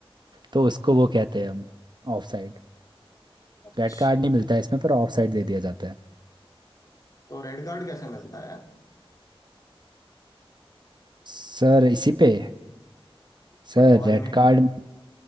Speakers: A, on the right; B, on the left.
A: तो उसको वो कहते हैं हम ऑफ साइड
B: अच्छा
A: रेड कार्ड नहीं मिलता है इसमें पर ऑफ साइड दे दिया जाता है
B: तो रेड कार्ड कैसे मिलता है
A: सर इसी पे Sir
B: फुटबॉल
A: red
B: में
A: card